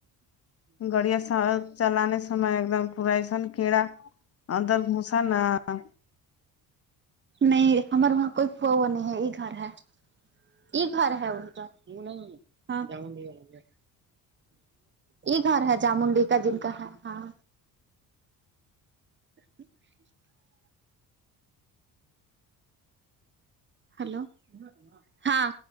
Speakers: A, on the left; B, on the right.
A: گڑیا سا چلانے سمے ایک دم پورائی سن کیڑا اندر گھسا نہ ہاں
B: نہیں ہمار وہاں کوئی کون ہے یہ گھر ہے یہ گھر ہے ان کا وہ نہیں ہاں جامن بی کا یہ گھر ہے جامن بی کا جن کا ہے ہاں <inaudible> ہیلو ہاں